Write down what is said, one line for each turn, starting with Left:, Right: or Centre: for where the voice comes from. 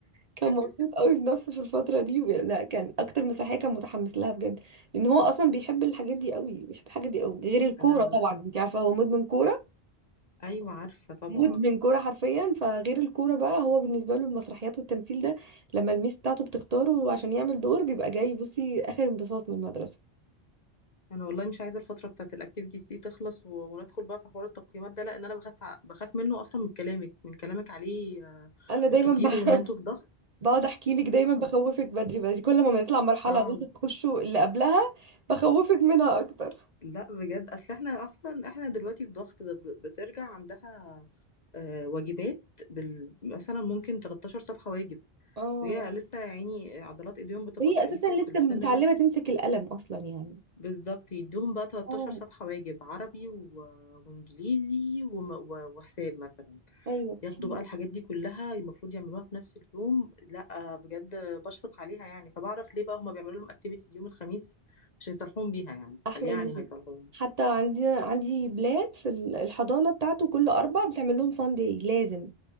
Right: كان
Left: <laughs>
Right: مبسوط قوي بنفسه في الفتره دي وبي- لا كان اكتر مسرحيه كان متحمس لها بجد لان هو اصلا بيحب الحاجات دي قوي بيحب الحاجات دي قوي غير الكوره
Left: أنا
Right: طبعا انت عارفه هو مدمن كوره
Left: أيوة عارفة طبعا
Right: مدمن كوره حرفيا فغير الكوره بقى هو بالنسبه له المسرحيات والتمثيل ده لما الميس بتاعته بتختاره عشان يعمل دور بيبقى جاي بصي اخر انبساط من المدرسه
Left: أنا والله مش عايزة الفترة بتاعت الأكتيفيتيز دي تخلص و... وندخل بقى في حوار التقييمات ده لأن أنا بخاف ع- بخاف منه أصلا من كلامك من كلامك عليه آه،
Right: انا دايما
Left: الكتير وإن
Right: بقى
Left: أنتوا في ضغط
Right: بقعد احكي لك دايما
Left: صعب
Right: بخوفك بدري بدري كل ما بنطلع مرحله
Left: صعب
Right: وانت بتخشوا اللي قبلها بخوفك منها اكتر
Left: لا بجد أصل إحنا أصلا إحنا دلوقتي في ضغط ده ب- بترجع عندها آه، واجبات بال... مثلا ممكن 13 صفحة واجب
Right: اه
Left: ويا لسه يا عيني عضلات ايديهم بتبقى
Right: وهي
Left: ضعيفة
Right: اساسا لسه
Left: في السن
Right: متعلمه
Left: ده
Right: تمسك القلم اصلا يعني
Left: بالظبط يدوهم بقى 13
Right: اه
Left: صفحة واجب عربي و... وانجليزي وم... و... وحساب مثلا
Right: ايوه
Left: ياخدوا
Right: كتير
Left: بقى الحاجات دي كلها المفروض يعملوها في نفس اليوم لا بجد بشفق عليها يعني فبعرف ليه بقى هما بيعملوا لهم اكتيفيتيز يوم الخميس عشان يصلحوهم بيها يعني
Right: احلى
Left: قال يعني
Right: يوم
Left: هيصلحوهم
Right: حتى عندي عندي بلاد في ال- الحضانه بتاعته كل اربع بتعمل لهم فان داي لازم